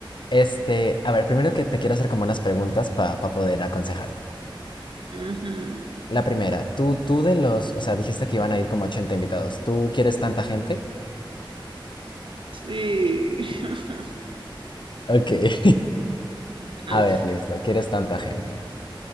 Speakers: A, on the left (about 60°); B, on the right (about 70°).
A: Este, a ver, primero que te quiero hacer como unas preguntas para poder aconsejarte.
B: ujú,
A: La primera, tú, tú de los, o sea, dijiste que iban a ir como 80 invitados. ¿Tú quieres tanta gente?
B: Sí. <laughs>
A: Ok. <laughs>
B: Ah,
A: A ver, listo, quieres tanta gente.